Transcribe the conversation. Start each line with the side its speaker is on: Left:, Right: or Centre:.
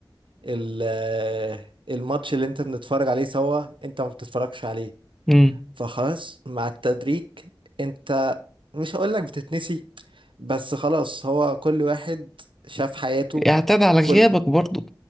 Right: ال- آه، الماتش اللي انت بنتفرج عليه سوا انت ما بتتفرجش عليه
Centre: امم
Right: فخلاص مع التدريج انت مش هقولك بتتنسي بس خلاص هو كل واحد شاف حياته
Centre: اعتاد على غيابك
Right: كل
Centre: برضو